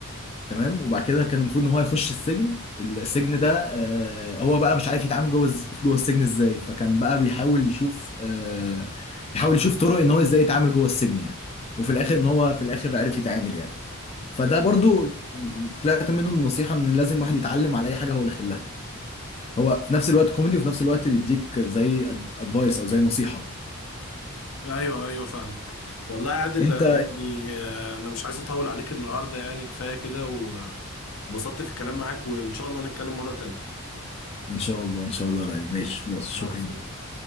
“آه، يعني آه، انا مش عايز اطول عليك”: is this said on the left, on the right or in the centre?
Left